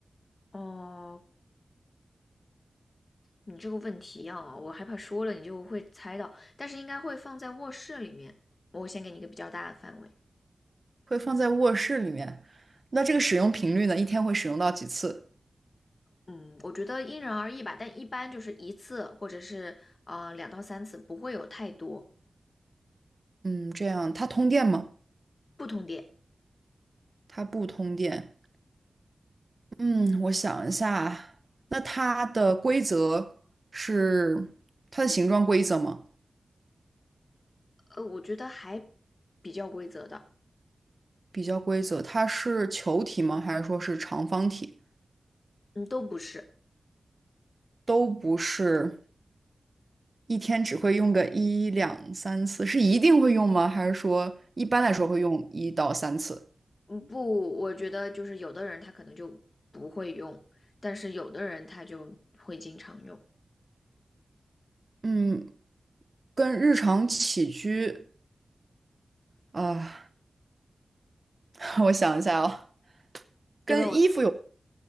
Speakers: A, on the left (about 40°); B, on the right (about 35°).
A: 哦，你这个问题啊，我害怕说了你就会猜到，但是应该会放在卧室里面。我先给你一个比较大的范围。
B: 会放在卧室里面。那这个使用频率呢？一天会使用到几次？
A: 嗯，我觉得因人而异吧，但一般就是一次或者是呃两到三次，不会有太多
B: 嗯，这样它通电吗？
A: 不同点。
B: 它不通电。嗯，我想一下啊，那它的规则是它的形状规则吗？
A: 呃，我觉得还比较规则的，
B: 比较规则，它是球体吗？还是说是长方体？
A: 嗯，都不是，
B: 都不是，一天只会用个一两三次，是一定会用吗？还是说一般来说会用一到三次？
A: 嗯，不，我觉得就是有的人他可能就不会用，但是有的人他就会经常用。
B: 嗯，跟日常起居啊，<laughs> 我想一下啊，跟衣服有，
A: 要不然我